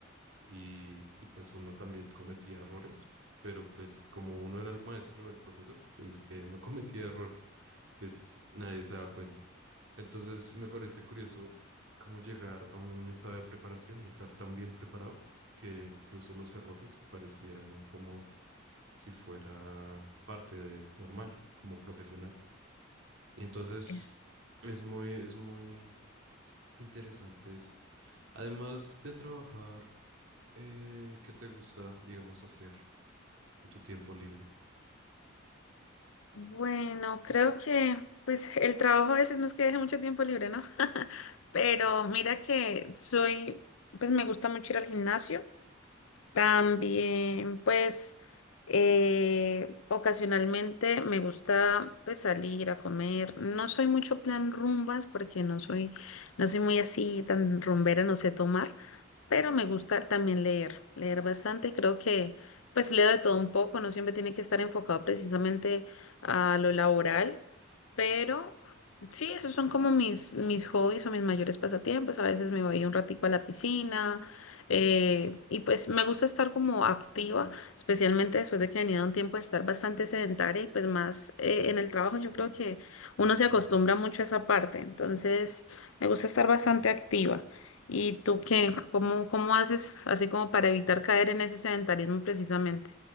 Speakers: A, on the right; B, on the left.
A: y, y pues uno también cometía errores, pero pues como uno era el maestro, el profesor, el que no <laughs> cometía errores, pues nadie se da cuenta. Entonces me parece curioso cómo llegar a un estado de preparación y estar tan bien preparado que incluso los errores parecieran como si fuera parte de normal, como profesional. Y entonces
B: Es,
A: es muy, es muy interesante eso. Además de trabajar, eh, ¿qué te gusta, digamos, hacer en tu tiempo libre?
B: Bueno, creo que pues el trabajo a veces no es que deje mucho tiempo libre, ¿no? <laughs> Pero mira que soy, pues me gusta mucho ir al gimnasio. También, pues, eh, ocasionalmente me gusta pues, salir a comer. No soy mucho plan rumbas porque no soy, no soy muy así tan rumbera, no sé tomar, pero me gusta también leer, leer bastante. Creo que pues leo de todo un poco, no siempre tiene que estar enfocado precisamente a lo laboral, pero sí, esos son como mis, mis hobbies o mis mayores pasatiempos. A veces me voy un ratico a la piscina eh, y pues me gusta estar como activa, especialmente después de que venía de un tiempo de estar bastante sedentaria y pues más eh, en el trabajo yo creo que uno se acostumbra mucho a esa parte, entonces me gusta estar bastante activa. ¿Y tú qué? ¿Cómo, cómo haces así como para evitar caer en ese sedentarismo precisamente?